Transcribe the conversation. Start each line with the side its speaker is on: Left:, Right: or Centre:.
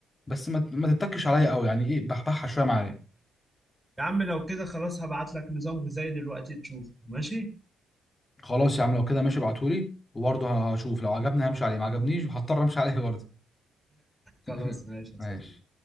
Left: بس ما ما تتكش عليا قوي يعني ايه بحبحها شويه معايا
Centre: يا عم لو كده خلاص هبعت لك نظام غذائي دلوقتي تشوف ماشي
Left: خلاص يا عم لو كده ماشي ابعتهولي وبرضه هشوف لو عجبني همشي عليه ما عجبنيش هضطر امشي عليه برضه <laughs>
Centre: خلاص ماشي يا
Left: ماشي
Centre: صديقي